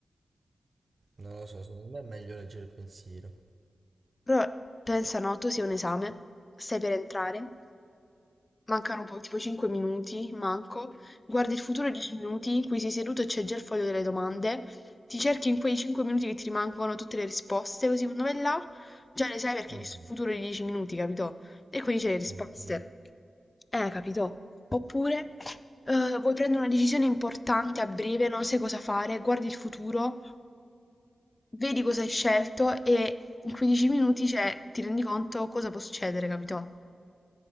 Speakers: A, on the right; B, on the left.
A: Non lo so, secondo me è meglio leggere il pensiero.
B: Però pensa noto sia un esame, stai per entrare, mancano po- tipo 5 minuti, manco, guardi il futuro 10 minuti, qui sei seduto e c'è già il foglio delle domande, ti cerchi in quei 5 minuti che ti rimangono tutte le risposte, così quando vai là già le sai perché
A: Mm,
B: hai visto il futuro di 10 minuti, capito? E quindi c'è le risposte.
A: è vero.
B: Eh, capito? Oppure eh, vuoi prendere una decisione importante a breve, non sai cosa fare, guardi il futuro vedi cosa hai scelto e in 15 minuti, cioè, ti rendi conto cosa può succedere, capito?